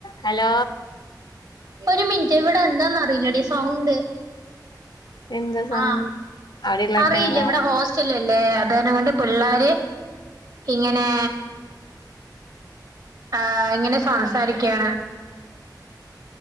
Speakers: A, on the left; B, on the right.
A: Hello
B: ഒരു minute ഇവിടെ എന്താന്ന് അറിയില്ലടി സൗണ്ട്
A: എന്താ സൗണ്ട്
B: ആഹ്
A: അവിടെയുള്ള അറ്റങ്ങളെ
B: അറിയില്ല ഇവിടെ ഹോസ്റ്റല് അല്ലേ അതങ്ങണ്ട് പിള്ളാര് ഇങ്ങനെ ആ ഇങ്ങനെ സംസാരിക്കണ്